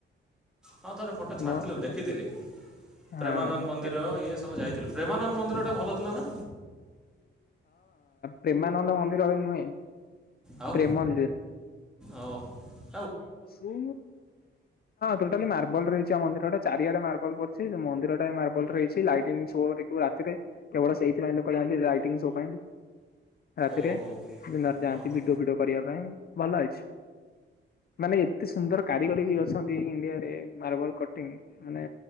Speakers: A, in the centre; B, on the left.
A: ହଁ ଥରେ ଫଟୋ ଛାଡ଼ିଥିଲୁ
B: ମର <inaudible>
A: ଦେଖିଥିଲି। ପ୍ରେମାନନ୍ଦ
B: ହଁ।
A: ମନ୍ଦିର ଇଏ ସବୁ ଯାଇଥିଲୁ ପ୍ରେମାନନ୍ଦ ମନ୍ଦିରଟା ଭଲ ଥିଲା ନା
B: ପ୍ରେମାନନ୍ଦ ମନ୍ଦିର ବି ନୁହେଁ।
A: ଆଉ।
B: ପ୍ରେମ ମନ୍ଦିର।
A: ଓଃ।
B: ହଁ ଟୋଟାଲି ମାର୍ବଲ ରହିଛି ଆ ମନ୍ଦିର ଚାରିଆଡେ ମାର୍ବଲ ପଡିଛି। ମନ୍ଦିର ଟା ମାର୍ବଲ ରେ ହେଇଛି ଲାଇଟିଙ୍ଗ ସୋ ଦେଖିବୁ ରାତିରେ। କେବଳ ସେଇଥିପାଇ ଲୋକ ଯାଅନ୍ତ୍ ଲାଇଟିଂ ସୋ ପାଇଁ ରାତିରେ
A: ଓହୋ
B: ଦିନରେ ଯାଆନ୍ତି
A: ଓହୋ
B: ଭିଡିଓ ଫିଡି କରିବା ପାଇଁ ଭଲ ହେଇଚି। ମାନେ ଏତେ ସୁନ୍ଦର କାରିଗରୀ ବି ଅଛନ୍ତି ଇଣ୍ଡିଆରେ ମାର୍ବଲ କଟିଂ ମାନେ